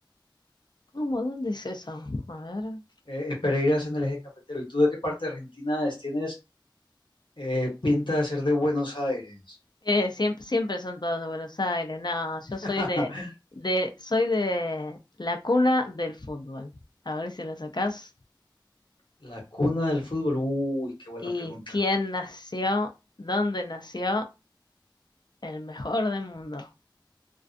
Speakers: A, on the left; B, on the left.
A: ¿Cómo? ¿Dónde es eso? A ver.
B: Eh, eh, Pereira es en el eje cafetero. ¿Y tú de qué parte de Argentina es? Tienes eh, pinta de ser de Buenos Aires.
A: Eh, siempre, siempre son todos de Buenos Aires. No,
B: <laughs>
A: yo soy de, de, soy de la cuna del fútbol. A ver si la sacás.
B: La cuna del fútbol. Uy, qué buena
A: ¿Y
B: pregunta.
A: quién nació? ¿Dónde nació? El mejor del mundo.